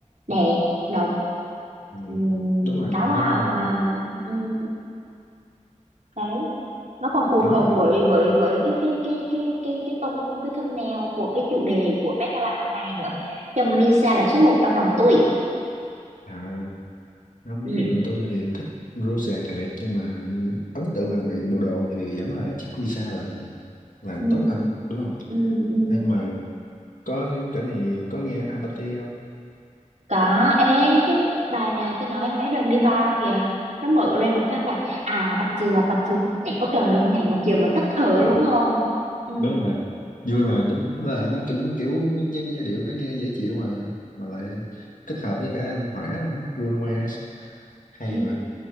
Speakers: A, on the right; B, on the left.
A: đẹp độc
B: ừ.
A: ừm,
B: đúng rồi
A: táo bạo
B: không mặc
A: mà
B: dù
A: ừm, cái nó còn phù
B: kiểu
A: hợp
B: mặc dù
A: với với với cái cái cái cái cái cái tông cái thumbnail của cái chủ đề của Met Gala năm nay nữa chồng Lisa là số một trong lòng tôi
B: à không
A: ừ.
B: ví dụ tôi thì thích Rose thiệt nhưng mà ấn tượng lần này bộ đồ thì vẫn là chắc Lisa là làm
A: Ừ.
B: tốt hơn đúng không
A: Ừ. Ừ.
B: Hay mà có cái này có nghe Apathy không?
A: có ê chứ bài này tôi nói mấy đợt đi bar kìa nó mở lên một phát là à bạch thừa bạch thừa nhảy có trời luôn nhảy mà kiểu mà tắt thở
B: Ờ,
A: luôn không ừ.
B: đúng rồi. Vui
A: Ừ.
B: mà đến là nó cũng kiểu giai, giai điệu nó nghe dễ chịu mà mà lại kết hợp với cả anh Hỏa nữa, Bruno Mars hay
A: Ừ.
B: mà.